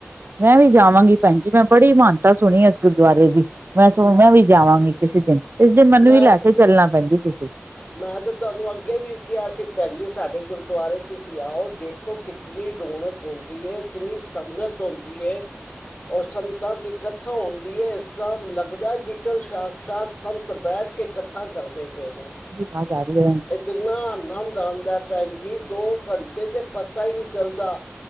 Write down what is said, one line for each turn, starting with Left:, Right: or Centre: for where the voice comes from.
Right: ਮੈਂ ਵੀ ਜਾਵਾਂਗੀ ਭੈਣ ਜੀ ਮੈਂ ਬੜੀ ਮਾਨਤਾ ਸੁਣੀ ਇਸ ਗੁਰਦੁਆਰੇ ਦੀ ਮੈਂ ਸੁ ਹਣ ਮੈਂ ਵੀ ਜਾਵਾਂਗੀ ਕਿਸੇ ਦਿਨ ਮੈਨੂੰ
Left: ਮੈਂ
Right: ਵੀ ਲੈ ਕੇ ਚੱਲਣਾ ਪੈਂ ਜ ਤੁਸੀਂ
Left: ਮੈਂ ਤੇ ਤੁਹਾਨੂੰ ਅੱਗੇ ਵੀ ਕਿਹਾ ਸੀ ਪੈਂਨੀ ਸਾਡੇ ਗੁਰਦੁਆਰੇ ਤੁਸੀਂ ਆਓ ਦੇਖੋ ਕਿਤਨੀ ਰੌਣਕ ਹੁੰਦੀ ਹੈ ਇਤਨੀ ਸੰਗਤ ਹੁੰਦੀ ਹੈ ਔਰ ਸੰਤਾਂ ਦੀ ਕਥਾ ਹੁੰਦੀ ਹੈ ਤਾਂ ਲੱਗਦਾ ਜੇ ਸਾਕਸ਼ਾਤ ਸੰਤ ਬੈਠ ਕੇ ਕੱਥਾ ਕਰਦੇ ਪਏ ਨੇ
Right: ਆਵਾਜ਼ ਆ ਰਹੀ ਹੈ
Left: ਇਤਨਾ ਆਨੰਦ ਆਉਂਦਾ ਹੈ ਭੈਣ ਜੀ ਦੋ ਘੰਟੇ ਤੇ ਪਤਾ ਹੀ ਨਹੀਂੀ ਚੱਲਦਾ